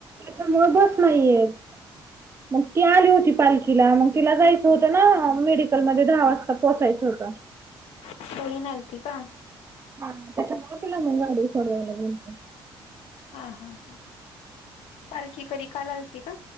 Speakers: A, on the right (about 25°); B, on the left (about 75°).
A: त्याच्यामुळे बस नाहीयेत. मग ती आली होती पालखीला. मग तिला जायचं होतं ना, मेडिकलमध्ये दहा वाजता पोहोचायचं होतं.
B: बहिण आलती का?
A: हा. त्याच्यामुळे तीला नेवून, गाडी सोडवायला गेलो.
B: हा. हा. हा. पालखी कधी काल आलती का?